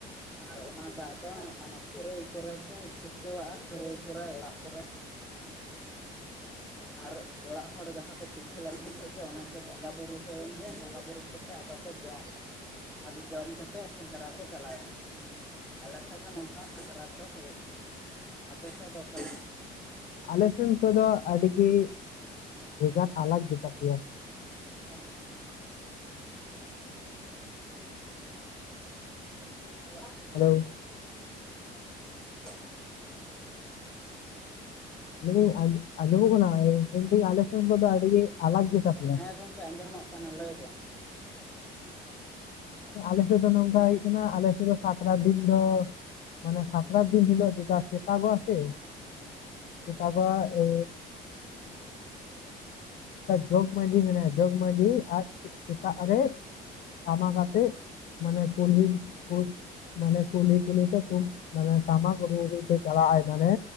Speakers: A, in the centre; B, on the left.
A: ᱟᱨ ᱚᱱᱟ ᱫᱟᱜ ᱫᱚ ᱢᱟᱱᱮ ᱠᱷᱟᱹᱨᱟᱹᱭ ᱠᱚᱨᱮ ᱠᱚ ᱪᱷᱤᱴᱠᱟᱹᱣᱟᱜ-ᱟ ᱠᱷᱟᱹᱨᱟᱹᱭ ᱠᱚᱨᱮ ᱚᱲᱟᱜ ᱠᱚᱨᱮ ᱟᱨ ᱚᱲᱟᱜ ᱦᱚᱲ ᱡᱟᱦᱟᱸ ᱠᱚ ᱯᱤᱴᱷᱟᱹ ᱞᱟᱹᱴᱷᱟ ᱠᱮᱫ ᱜᱮ ᱚᱱᱟ ᱠᱚ ᱵᱚᱸᱜᱟ ᱵᱩᱨᱩ ᱦᱩᱭ ᱮᱱ ᱜᱮ ᱵᱚᱸᱜᱟ ᱵᱩᱨᱩ ᱠᱟᱛᱮ ᱟᱫᱚ ᱠᱚ ᱡᱚᱢᱟ ᱟᱫᱚ ᱡᱚᱢ ᱠᱟᱛᱮᱫ ᱥᱮᱸᱫᱽᱨᱟ ᱠᱚ ᱪᱟᱞᱟᱣ-ᱟ᱾ ᱟᱞᱮ ᱥᱮᱡ ᱫᱚ ᱱᱚᱝᱠᱟ ᱥᱟᱠᱨᱟᱛ ᱫᱚ ᱦᱩᱭᱩᱜ ᱠᱟᱱᱟ ᱟᱯᱮ ᱥᱮᱡ ᱫᱚ ᱚᱠᱟ ᱞᱮᱠᱟ᱾
B: ᱟᱞᱮ ᱥᱮᱱ ᱠᱚᱫᱚ ᱟᱹᱰᱤ ᱜᱮ ᱵᱷᱮᱜᱟᱨ ᱟᱞᱟᱠ ᱜᱮᱛᱟ ᱯᱮᱭᱟ᱾
A: <unintelligible> <inaudible>
B: ᱦᱮᱞᱳ
A: <unintelligible>
B: ᱞᱟᱹᱭ ᱫᱤᱧ ᱟᱡᱚᱢ ᱚᱜ ᱠᱟᱱᱟ ᱟᱞᱥᱮᱱ ᱟᱹᱰᱤ ᱜᱮ ᱟᱞᱟᱠ ᱜᱮᱛᱟ ᱯᱮ
A: ᱦᱮᱸ ᱜᱚᱝᱠᱮ ᱟᱸᱡᱚᱢᱚᱜ ᱠᱟᱱᱟ ᱞᱟᱹᱭ ᱵᱮᱱ <unintelligible> ᱦᱮᱸ
B: ᱟᱞᱮ ᱥᱮᱫ ᱫᱚ ᱱᱚᱝᱠᱟ ᱦᱩᱭᱩᱜ ᱠᱟᱱᱟ ᱟᱞᱮ ᱥᱮᱫ ᱫᱚ ᱥᱟᱠᱨᱟᱛ ᱫᱤᱱ ᱫᱚ ᱢᱟᱱᱮ ᱥᱟᱠᱟᱨᱟᱛ ᱫᱤᱱ ᱦᱤᱞᱚᱜ ᱫᱚᱥᱟᱨ ᱥᱮᱛᱟᱜᱚ-ᱟ ᱥᱮ ᱮᱴᱟᱜᱟᱜ ᱮ ᱡᱚᱜᱽ ᱢᱟᱹᱡᱰᱤ ᱢᱮᱱᱟᱜᱼᱟ ᱡᱚᱜᱽ ᱢᱟᱹᱡᱷᱤ ᱟᱡ ᱥᱮᱛᱟᱜ ᱨᱮ ᱴᱟᱢᱟ ᱠᱟᱛᱮᱫ ᱢᱟᱱᱮ ᱠᱩᱞᱦᱤᱢ ᱠᱚ ᱢᱟᱱᱮ ᱠᱩᱞᱦᱤ ᱠᱩᱞᱦᱤ ᱛᱮ ᱢᱟᱱᱮ ᱴᱟᱢᱟᱠ ᱨᱩ ᱥᱮ ᱪᱟᱞᱟᱜ ᱟᱭ ᱢᱟᱱᱮ